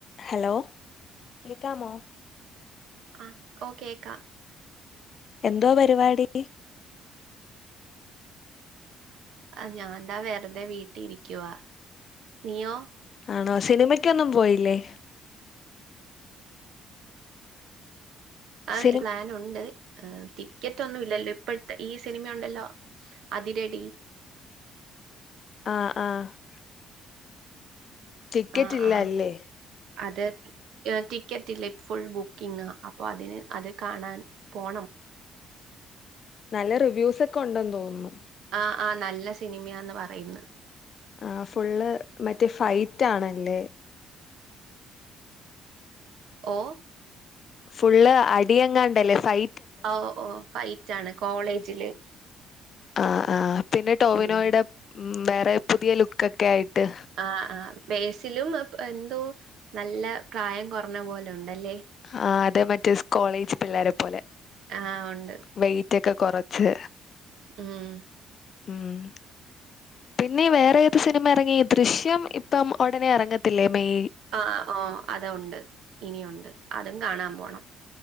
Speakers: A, on the left; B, on the right.
A: Hello കെക്കാമോ
B: ആ ഓ കേക്കാം
A: എന്തോ പരിവാടി
B: ആ ഞാൻതാ വെറ്തെ വീട്ടി ഇരിക്കുവാ നീയോ
A: ആണോ സിനിമക്കൊന്നും പോയില്ലേ
B: ആ
A: സിനി
B: പ്ലാനുണ്ട് ഏ ടിക്കറ്റ് ഒന്നും ഇല്ലല്ലോ ഇപ്പയ്ത്തെ ഈ സിനിമ ഉണ്ടല്ലോ അതിരടി
A: ആ ആ ടിക്കറ്റ്
B: ആ
A: ഇല്ല
B: ആ
A: അല്ലേ
B: അത് ടിക്കറ്റ് ഇല്ല ഫുൾ ബുക്കിങ്ങ അപ്പൊ അതിന് അത് കാണാൻ പോണം
A: നല്ല റിവ്യൂസ് ഒക്ക ഉണ്ടെന്ന് തോന്നുന്നു
B: ആ ആ നല്ല സിനിമയാന്ന് പറയുന്ന്
A: ആ ഫുള്ള് മറ്റേ ഫൈറ്റ് ആണല്ലേ
B: ഓ
A: ഫുള്ള് അടിഎങ്ങാണ്ടല്ലേ ഫൈ
B: ഓ ഓ ഫൈറ്റ് ആണ് കോളേജില്
A: ആ ആ പിന്നെ ടോവിനോയുടെ
B: ഉം
A: ഉം വേറെ പുതിയ ലുക്കൊക്കെ ആയിട്ട്
B: ആ ആ ബേസിലും എന്തോ നല്ല പ്രായം കൊർഞ്ഞ പോലെ ഉണ്ടല്ലേ
A: ആ അത് മറ്റേ കോളേജ് പിള്ളേരെ പോലെ
B: ആ ഉണ്ട്
A: വെെറ്റ് ഒക്കെ കൊറച്ച്
B: ഉം.
A: ഉം. പിന്നെ വേറെയേത് സിനിമ എറങ്ങി? ദൃശ്യം ഇപ്പം ഒടനേ എറങ്ങത്തില്ലേ മെയ്
B: ആഹ് ഓഹ്. അതൊണ്ട്. ഇനിയുണ്ട്. അതും കാണാൻ പോണം.